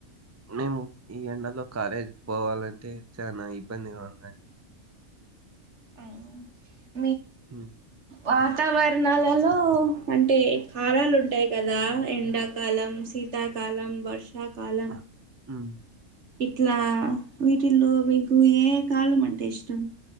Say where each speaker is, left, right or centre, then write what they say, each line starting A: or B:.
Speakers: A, on the right; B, on the right.
A: మేము ఈ ఎండలో కాలేజీ పోవాలంటే చానా ఇబ్బందిగా ఉందండి.
B: అవును
A: ఉహ్
B: వాతావరణాలలో అంటే కాలాలు ఉంటాయి కదా. ఎండాకాలం, శీతాకాలం, వర్ష శ కాలం
A: ఆ, ఉమ్,
B: ఇట్లా వీటిల్లో మీకు ఏ కాలం అంటే ఇష్టం.